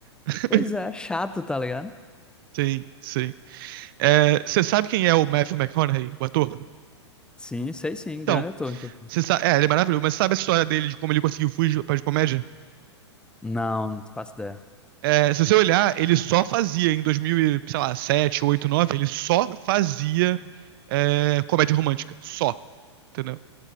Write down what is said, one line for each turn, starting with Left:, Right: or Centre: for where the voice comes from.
Right: <laughs>
Centre: Pois é, chato, tá ligado?
Right: Sim, sim. É, você sabe quem é o Matthew McConaughey, o ator?
Centre: Sim, sei sim,
Right: Então,
Centre: grande ator, inclusive.
Right: você sabe. É, ele é maravilhoso, mas sabe a história dele de como ele conseguiu fugir para de comédia?
Centre: Não, não faço ideia.
Right: É, se você olhar, ele só fazia em 2007, 8, 9, ele só fazia é, comédia romântica. Só, entendeu?